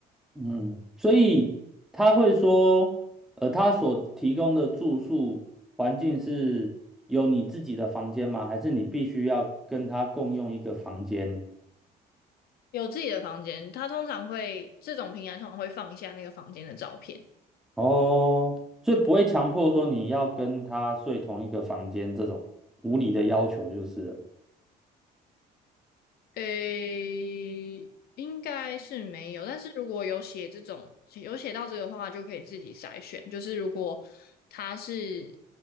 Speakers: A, in the centre; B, on the left.
A: 嗯，所以他会说，呃，他所提供的住宿环境是有你自己的房间吗？还是你必须要跟他共用一个房间？
B: 有自己的房间，他通常会这种平台通常会放一下那个房间的照片，
A: 哦，所以不会强迫说你要跟他睡同一个房间这种无理的要求就是了，
B: 诶，应该是没有，但是如果有写这种有写到这个的话，就可以自己筛选。就是如果他是